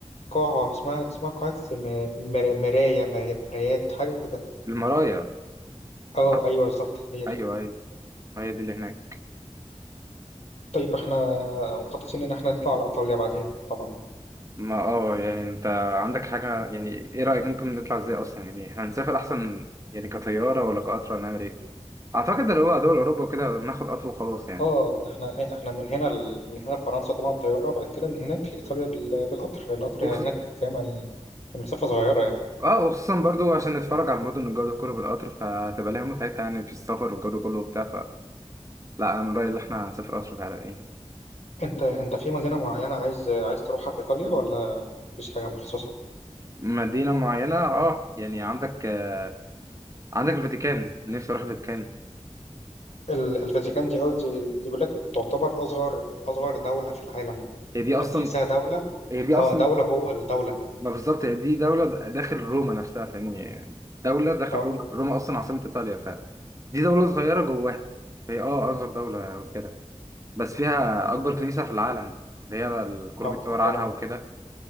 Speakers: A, on the left (about 65°); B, on the right (about 25°).
A: قاعة اسمها اسمها قاعة م- مر- مراية مر- مرايات حاجة كده
B: المرايا
A: اه
B: آه،
A: ايوه بالظبط هي دي
B: ايوه ايوه هي دي اللي هناك
A: طيب احنا مخططين ان احنا نطلع على ايطاليا بعديها طبعا
B: ما اه يعني انت عندك حاجة يعني ايه رأيك ممكن نطلع ازاي اصلا يعني احنا هنسافر احسن يعني كطيارة ولا كقطر ولا نعمل ايه اعتقد اللي هو دول اوروبا وكده ناخد قطر وخلاص يعني
A: اه احنا إيه، احنا من هنا ل... من هنا لفرنسا طبعا طياره بعد كده من هناك لايطاليا بال... بالقطر القطر
B: وخصوصا
A: هناك فاهم ال- المسافه صغيره يعني
B: اه وخصوصا برضو عشان نتفرج على المدن والجو ده كله بالقطر فهتبقى لها متعتها يعني في السفر والجو ده كله وبتاع فلا انا من رأيي ان احنا هنسافر قطر فعلا يعني
A: انت انت في مدينه معينه عايز عايز تروحها في ايطاليا ولا مفيش حاجه مخصصه
B: مدينة معينة اه يعني عندك آه عندك الفاتيكان نفسي اروح الفاتيكان
A: ال... الفاتيكان دي اه دي دي بيقول لك تعتبر اصغر اصغر دوله في العالم
B: هي دي اصلا
A: يعني تحسها دوله
B: هي دي اصلا
A: اه دوله جوه الدوله
B: ما بالظبط هي دي دولة داخل روما نفسها فاهمني يعني دولة داخل
A: اه
B: روما روما أصلا عاصمة إيطاليا فدي دولة صغيرة جواها هي اه أصغر دولة وكده بس فيها أكبر كنيسة في العالم اللي هي الكل
A: اه
B: بيتصور عنها
A: طبعا
B: وكده